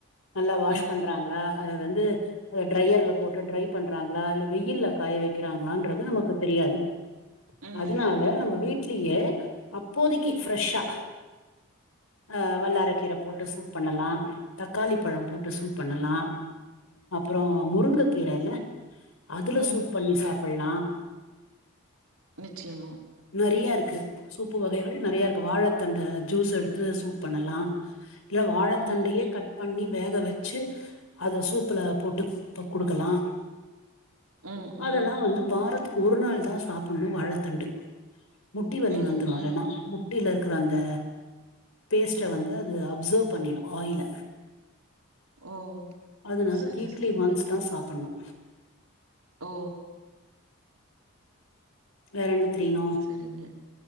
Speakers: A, on the left; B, on the right.
A: நல்லா வாஷ்
B: ம்
A: பண்றாங்களா அத வந்து அத டிரையர்ல போட்டு ட்ரை ட்ரை பண்றாங்களா இல்ல வெயில்ல காய வெக்கிறாங்களான்றது நமக்கு தெரியாது
B: ம்
A: அதனால நம்ம வீட்லயே அப்போதிக்கு ஃப்ரெஷ்ஷா ஆ வல்லாரக்கீர போட்டு சூப் பண்ணலா தக்காளி ப்பழோ போட்டு சூ பண்ணலா அப்பறோ முருங்க கீர இல்ல அதுல
B: ம்
A: சூப் பண்ணி சாப்புட்லா
B: நிச்சியமா
A: நறீயா இருக்குது சூப்பு வகைகள் நறையா இருக்குது வாழைத்தண்டு ஜூஸ் எடுத்து சூப் பண்ணலா இல்ல வாழைத்தண்டையே
B: ம்
A: கட் பண்ணி வேக வெச்சு அத சூப்புல போட்டு குடுக்கலா
B: ம்
A: அதலா
B: ம்
A: வந்து வாரத்துக்கு ஒரு நாள் தா சாப்புட்ணோ வாழத்தண்டு முட்டி வலி
B: ம்
A: வந்துரோ இல்லனா
B: ம்
A: முட் முட்டில இருக்குற அந்த பேஸ்ட்ட வந்து அது அப்சர்வ் பண்ணிடோ ஆயில
B: ஓ
A: அதனால
B: சரி
A: வீக்லி
B: சரிங்க
A: ஒன்ஸ்தா சாப்புட்ணோ
B: ஓ
A: வேற என்ன தெரீணோ
B: நீங்க